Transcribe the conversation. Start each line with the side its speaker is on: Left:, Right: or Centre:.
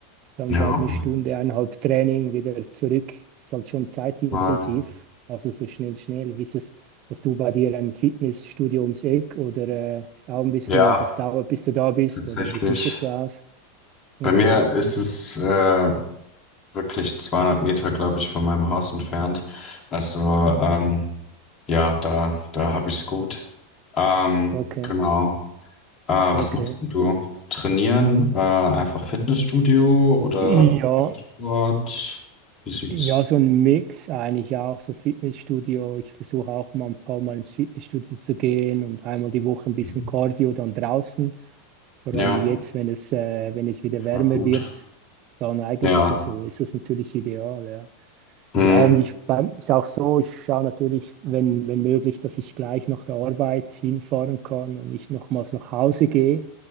Right: Dann
Left: Ja,
Right: vielleicht eine Stunde, eineinhalb Training wieder zurück. Ist halt schon zeitintensiv.
Left: weil,
Right: Also so schnell, schnell. Wie ist es, hast du bei dir ein Fitnessstudio ums Eck oder äh, ist auch ein bisschen,
Left: ja,
Right: das dauert, bis du da bist?
Left: tatsächlich.
Right: Oder wie sieht das so aus? Okay,
Left: Bei mir ist es äh, wirklich 200 Meter, glaube ich, von meinem Haus entfernt. Also ähm, ja, da, da habe ich's gut. Ähm,
Right: okay,
Left: genau. Äh, was
Right: okay.
Left: machst denn du? Trainieren? Äh, einfach Fitnessstudio oder
Right: Ja,
Left: Ballsport? Wie sieht's?
Right: ja, so ein Mix eigentlich auch, so Fitnessstudio. Ich versuche auch mal ein paar Mal ins Fitnessstudio zu gehen und einmal die Woche ein bisschen
Left: Mhm.
Right: Cardio dann draußen. Vor
Left: Ja,
Right: allem jetzt, wenn es, äh, wenn es wieder wärmer
Left: war gut.
Right: wird, dann eignet
Left: Ja.
Right: es, also ist das natürlich ideal, ja.
Left: Mhm.
Right: Ja, und ich beim- ist auch so, ich schaue natürlich, wenn, wenn möglich, dass ich gleich nach der Arbeit hinfahren kann und nicht nochmals nach Hause gehe.